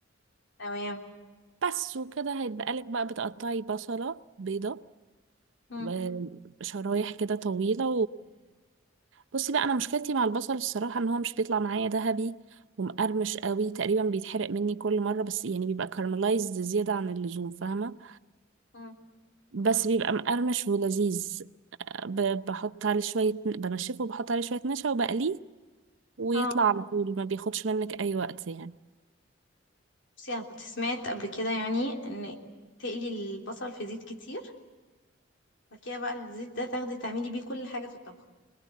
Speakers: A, on the left (about 65°); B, on the right (about 75°).
A: تمام
B: بس وكده هيبقى لك بقى بتقطعي بصلة بيضة
A: مم.
B: و- شرايح كده طويلة بصي بقى انا مشكلتي مع البصل الصراحه ان هو مش بيطلع معايا ذهبي ومقرمش قوي تقريبا بيتحرق مني كل مره بس يعني بيبقى كارملايزد زياده عن اللزوم فاهمه
A: مم.
B: بس بيبقى مقرمش ولذيذ آه، ب- بحط عليه شويه بنشفه وبحط عليه شويه نشا وبقليه ويطلع
A: اه
B: على طول ما بياخدش منك اي وقت يعني
A: بصي انا كنت سمعت قبل كده يعني ان تقلي البصل في زيت كتير بعد كده بقى الزيت ده تاخدي تعملي بيه كل حاجة في الطبخ